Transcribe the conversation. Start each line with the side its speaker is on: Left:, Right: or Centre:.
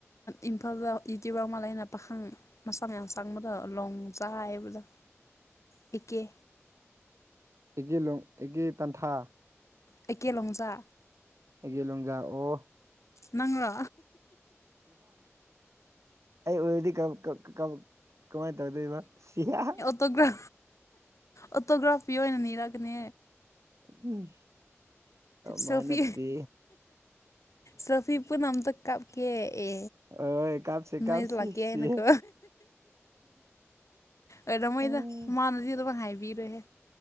Left: ꯏꯝꯐꯥꯜ ꯌꯨꯇ꯭ꯌꯕ ꯑꯃ ꯃꯥꯂꯥꯏꯅ ꯄꯥꯈꯪ ꯃꯁꯥꯛ ꯌꯥꯝꯌꯥꯝ ꯆꯪꯕꯗ ꯂꯣꯡ ꯆꯥ ꯍꯥꯏꯕꯗ ꯄꯤꯛꯀꯦ
Right: ꯑꯩꯒꯤꯦ ꯂꯣꯡ ꯑꯩꯒꯤ ꯇꯟꯊꯥ
Left: ꯑꯩꯀꯦ ꯂꯣꯡꯖꯥ
Right: ꯑꯩꯒꯦ ꯂꯣꯡꯖꯥꯛ ꯑꯣ
Left: ꯅꯪ꯭ꯔꯣ
Right: ꯑꯩ ꯑꯣꯏꯔꯗꯤ ꯀꯃꯥꯏꯅ ꯇꯧꯗꯣꯏꯕ ꯁꯤꯌꯥ
Left: ꯑꯣꯣ꯭ꯔꯥ ꯑꯣꯇꯣꯒ꯭ꯔꯥꯐꯤ ꯑꯣꯏꯅꯅꯅꯤꯔꯥ ꯀꯅꯤ
Right: ꯎꯝ
Left: ꯁꯣꯐꯤ
Right: ꯃꯥ ꯅꯠꯇꯦ
Left: ꯁꯣꯐꯤ ꯄꯅꯝꯗ ꯀꯥꯞꯀꯦ ꯑꯦ
Right: ꯍꯣꯏ ꯀꯥꯞꯁꯤ
Left: ꯃꯣꯏ
Right: ꯀꯥꯞꯁꯤ
Left: ꯂꯀꯦ
Right: ꯁꯤ
Left: ꯏꯅꯀꯣ ꯑꯣꯏꯔꯝꯃꯣꯏꯗ
Right: ꯎꯝ
Left: ꯃꯥꯅꯗꯤ ꯑꯗꯨꯝ ꯍꯥꯏꯕꯤꯔꯨꯍꯦ